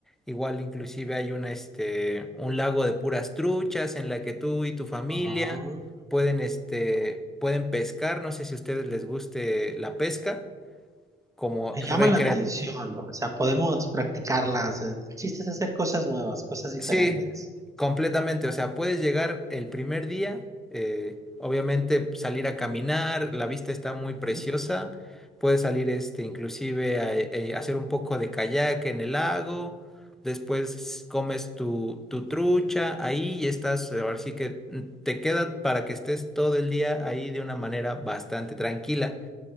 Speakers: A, in the centre; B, on the right.
A: Igual inclusive hay una este un lago de puras truchas en la que tú y tu familia
B: Ah.
A: pueden este pueden pescar, no sé si a ustedes les guste la pesca como
B: Me
A: <laughs>
B: llama la atención, ¿no? o sea, podemos practicarlas. eh, El chiste es hacer cosas nuevas, cosas diferentes.
A: Sí, completamente. O sea, puedes llegar el primer día, eh, obviamente salir a caminar, la vista está muy preciosa.
B: Ujú.
A: Puedes salir, este, inclusive a, eh, hacer un poco de kayak en el lago. Después comes tu, tu trucha ahí y estás, eh, ahora sí que mm, te queda para que estés todo el día ahí de una manera bastante tranquila.